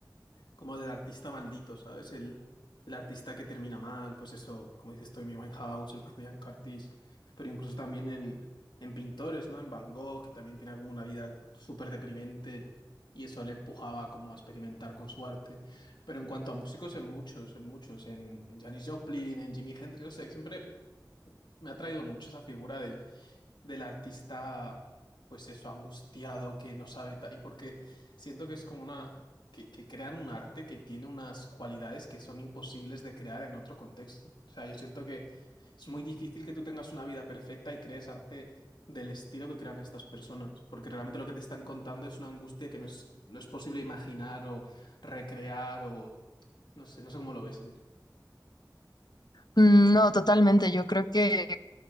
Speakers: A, on the left (about 80°); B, on the left (about 65°).
A: como del artista maldito, ¿sabes? El, el artista que termina mal, pues eso, como dices tú, Amy Winehouse, el propio Ian Curtis, pero incluso también en, en pintores, ¿no? En Van Gogh, que también tenía como una vida súper deprimente y eso le empujaba como a experimentar con su arte. Pero en cuanto a músicos, en muchos, en muchos, en, en Janis Joplin, en Jimi Hendrix, no sé, siempre me ha traído mucho esa figura del artista, pues eso, angustiado, que no sabe tal, y porque siento que es como una, que, que crean un arte que tiene unas cualidades que son imposibles de crear en otro contexto. O sea, yo siento que es muy difícil que tú tengas una vida perfecta y crees arte del estilo que crean estas personas, porque realmente lo que te están contando es una angustia que no es, no es posible imaginar o recrear o no sé, no sé cómo lo ves. ¿eh?
B: Mm, No, totalmente. Yo creo que